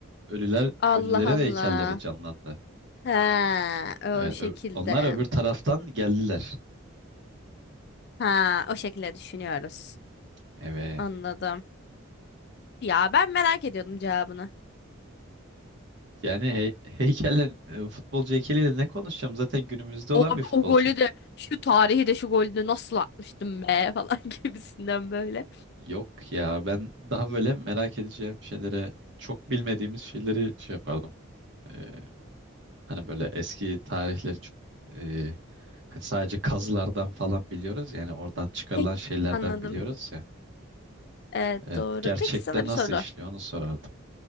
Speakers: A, on the right (about 55°); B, on the left (about 50°).
A: Ölüler,
B: Allah
A: ölülerin
B: Allah.
A: heykelleri canlandı.
B: Ha, o
A: Evet.
B: şekilde.
A: ö- onlar öbür taraftan geldiler.
B: Ha, o şekilde düşünüyoruz.
A: Evet.
B: Anladım. Ya ben merak ediyordum cevabını.
A: Yani hey, heykelle, e, futbolcu heykeliyle ne konuşacağım? Zaten günümüzde
B: O,
A: olan bir futbolcu.
B: o golü de şu tarihi de şu golü de nasıl atmıştım be falan <laughs> gibisinden böyle.
A: Yok ya ben daha böyle merak edeceğim şeylere çok bilmediğimiz şeyleri şey yapardım. Ee, hani böyle eski tarihleri çok e, hani sadece kazılardan falan biliyoruz ya, yani oradan çıkarılan
B: Peki
A: şeylerden
B: anladım.
A: biliyoruz ya.
B: Evet
A: Evet,
B: doğru.
A: gerçekte
B: Peki sana bir
A: nasıl
B: soru.
A: işliyor onu sorardım.